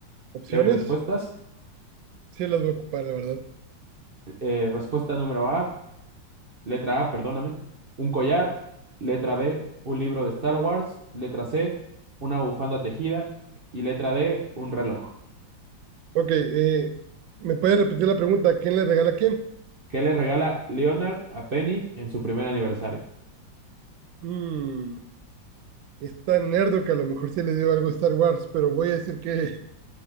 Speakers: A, on the right; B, on the right.
A: opciones.
B: ¿Quieres respuestas?
A: Sí, las voy a ocupar, la verdad.
B: Eh, respuesta número A, letra A, perdóname, un collar, letra B, un libro de Star Wars, letra C, una bufanda tejida y letra D, un reloj.
A: Ok, eh, ¿me puede repetir la pregunta? ¿Quién le regala a quién?
B: ¿Qué le regala Leonard a Penny en su primer aniversario?
A: Mm, está nerdo que a lo mejor sí le dio algo a Star Wars, pero voy a decir que